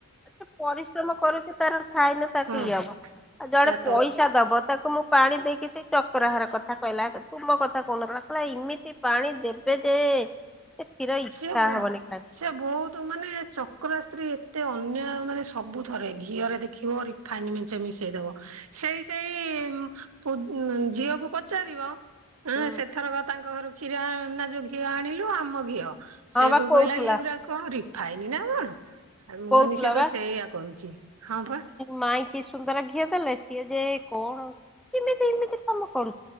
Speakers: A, in the centre; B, on the right.
A: ଆଛା ପରିଶ୍ରମ କରୁଛି ତାର ଖାଇନ ତାକୁ
B: ହଁ
A: ଇଏ ହବ ଆଉ ଜଣେ
B: ହେଲା ତର
A: ପଇସା ଦବ ତାକୁ ମୁଁ ପାଣି ଦେଇକି ସେଇ ଚକ୍ରହାର କଥା କହିଲା ତୁ ମୋ କଥା କହୁନଥିଲା କହିଲା ଇମିତି ପାଣି ଦେବେ ଯେ ସେ କ୍ଷୀର ଇଚ୍ଛା
B: ସିଏ ବୋ
A: ହବନି କାଇଁ
B: ସେ ବହୁତ ମାନେ ଚକ୍ର ସ୍ତ୍ରୀ ଏତେ ଅନ୍ୟ ମାନେ ସ ସବୁ ଥରେ ଘିଅରେ ଦେଖିବ ରିଫାଇନ ମେ ଛ ମିଶେଇ ଦବ ସେଇ ସେଇ ପୁ ଝିଅକୁ ପଚାରିବ ହଁ
A: ହୁଁ
B: ସେଥରକ ତାଙ୍କ ଘରୁ କ୍ଷୀର ନା ଯୋଉ ଘିଅ ଆଣିଲୁ ଆମ ଘିଅ। ସେଇଠୁ
A: ହଁ ବା କହୁଥିଲା
B: କହିଲା ଇଏ ଗୁରା କଣ ରିଫାଇନ ନା କଣ? ଆ ମୁଁ
A: କହୁଥିଲା
B: କନିି ସେତ ସେଇଆ କରୁଛି ହଁ ବା।
A: ମାଇ କିି ସୁନ୍ଦର ଘିଅ ଦେଲେ ସିଏ ଯେ କଣ କେମିତି ଏମିତି କାମ କରୁ